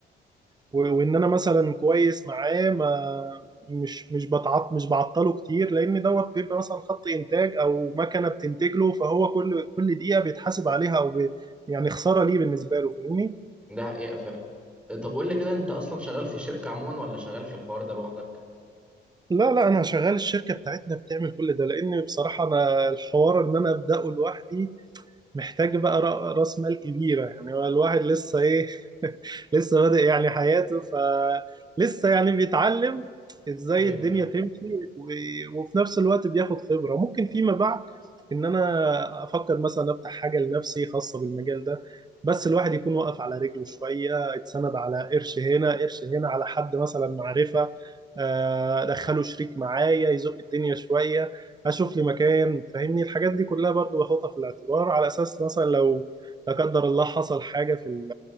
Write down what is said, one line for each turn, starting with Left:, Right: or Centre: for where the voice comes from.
Right: و- وان انا مثلا كويس معاه ما مش مش بتعط مش بعطله كتير لان دوت بيبقى مثلا خط انتاج او مكنه بتنتج له فهو كل كل دقيقه بيتحاسب عليها او بي يعني خساره ليه بالنسبه له فاهمني
Centre: ده حقيقة فعلا طب قول لي كده انت اصلا شغال في الشركة عموما ولا شغال في الحوار ده لوحدك
Right: لا لا انا شغال الشركه بتاعتنا بتعمل كل ده لان بصراحه انا الحوار ان انا ابداه لوحدي محتاج بقى را- راس مال كبيرة يعني هو الواحد لسه ايه <laughs> لسه بادئ يعني حياته فلسه يعني بيتعلم ازاي
Centre: ايوه
Right: الدنيا
Centre: ايوه
Right: تمشي و- وفي نفس الوقت بياخد خبرة ممكن فيما بعد ان انا افكر مثلا افتح حاجة لنفسي خاصة بالمجال ده بس الواحد يكون واقف على رجله شوية اتسند على قرش هنا قرش هنا على حد مثلا معرفة آه، ادخله شريك معايا يزق الدنيا شوية اشوف لي مكان فاهمني الحاجات دي كلها برضو باخدها في الاعتبار على اساس مثلا لو لا قدر الله حصل حاجه في ال-